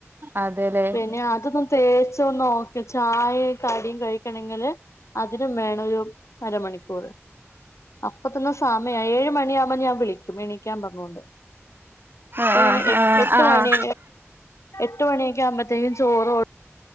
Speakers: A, on the right; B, on the left.
A: അതെല്ലെ..
B: പിന്നെ അതൊന്നും തേച്ച ഒന്ന് നോക്കി ചായ കടിയും കഴിക്കണങ്കില് അതിനും വേണം ഒരു അരമണിക്കൂറ് അപ്പ തന്നെ സമയ ആയി ഏഴ് മണിയാകുമ്പോ ഞാൻ വിളിക്കും എണീക്കാൻ പറേഞ്ഞോണ്ട്
A: ആഹ്
B: എങ്ങനെ
A: ആഹ്
B: എട്ട്
A: ആഹ്
B: മണി എട്ട് മണിയൊക്കെ ആകുമ്പോത്തേനും ചോറൊ